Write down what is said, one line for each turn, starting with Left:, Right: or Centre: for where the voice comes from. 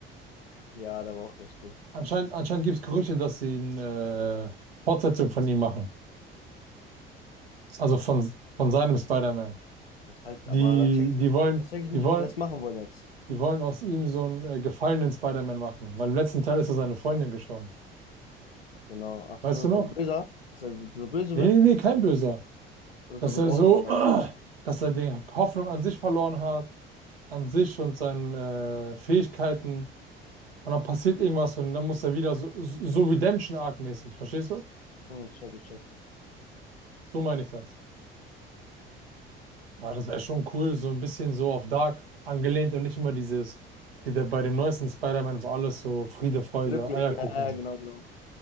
Left: Ja, der war auch ganz gut.
Right: Anscheinend, anscheinend gibt es Gerüchte, dass sie eine äh, Fortsetzung von ihm machen. Also von, von seinem Spider-Man.
Left: Das halt,
Right: Die,
Left: aber das check
Right: die
Left: ich,
Right: wollen,
Left: das check ich nicht,
Right: die wollen,
Left: wie die das machen wollen jetzt.
Right: die wollen aus ihm so einen äh, gefallenen Spider-Man machen, weil im letzten Teil ist er seine Freundin gestorben.
Left: Genau. Ach so,
Right: Weißt du noch?
Left: so ein Böser, dass er so böse
Right: Nee,
Left: wird.
Right: nee, nee, kein Böser.
Left: Oder
Right: dass
Left: so gebrochener,
Right: er so,
Left: meinst
Right: <clears throat> äh,
Left: du?
Right: dass er die Hoffnung an sich verloren hat, an sich und seinen äh, Fähigkeiten. Und dann passiert irgendwas und dann muss er wieder so, so Redemption-Arc-mäßig, verstehst du?
Left: Hm, check, ich check.
Right: So meine ich das. Aber das wäre schon cool, so ein bisschen so auf Dark angelehnt und nicht immer dieses, wie der bei dem neuesten Spider-Man, wo alles so Friede, Freude,
Left: Glücklich,
Right: Eierkuchen
Left: ja, ja,
Right: ist.
Left: genau, genau.